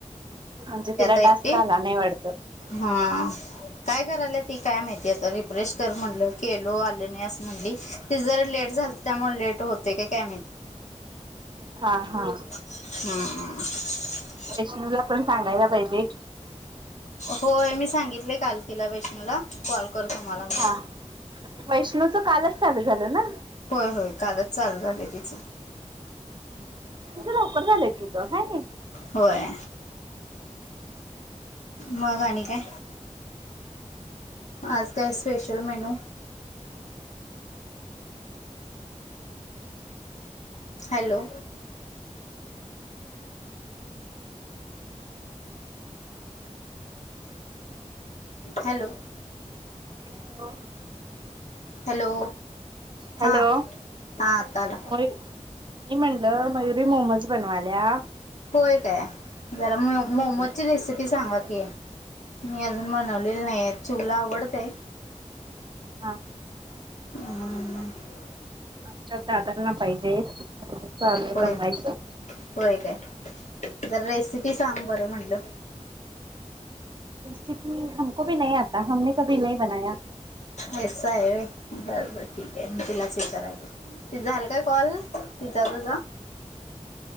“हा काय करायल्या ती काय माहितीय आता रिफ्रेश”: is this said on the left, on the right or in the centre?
Left